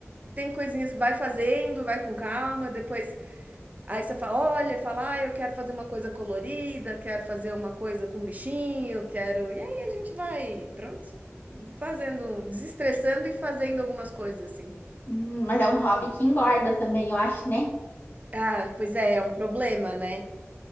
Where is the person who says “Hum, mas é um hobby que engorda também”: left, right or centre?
Left